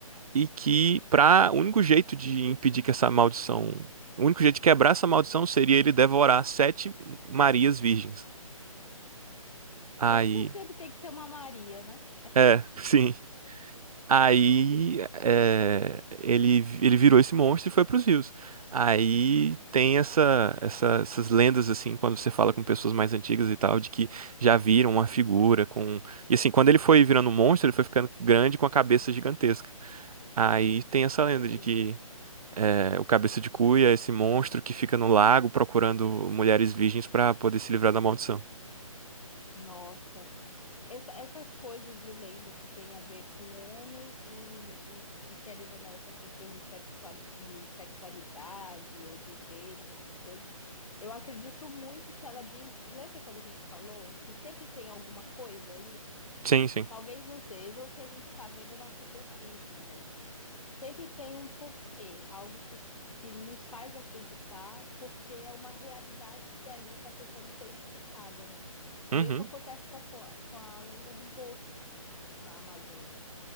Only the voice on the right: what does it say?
e que para o único jeito de impedir que essa maldição, o único jeito de quebrar essa maldição seria ele devorar sete Marias virgens. Aí,
é, <laughs> sim. Aí é, ele ele virou esse monstro e foi para os rios. Aí tem essa, essa- essas lendas assim quando você fala com pessoas mais antigas e tal de que já viram uma figura com e assim quando ele foi virando um monstro ele foi ficando grande com a cabeça gigantesca. Aí tem essa
lenda de
que É, o Cabeça de Cuia é esse monstro que fica no lago procurando mulheres virgens pra poder se livrar da maldição.
Sim, sim.
Uhum.